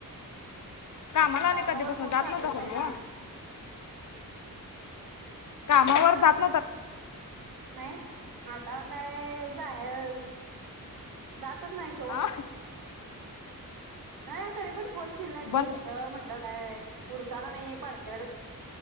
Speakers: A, on the left; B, on the right.
A: कामला आणि
B: कामावर
A: कधीपासनं
B: फोन
A: जात
B: चालत
A: नव्हता
B: नाही
A: नव्हं?
B: ना
A: कामावर
B: कामाला जातोय
A: जात
B: की, नाही आता काय जाय जातचं नाही सोड.
A: आ
B: नाही तरी पण फोन केली नाहीस
A: बंद
B: ग कुठं म्हण काय उरुसाला नाही <unintelligible>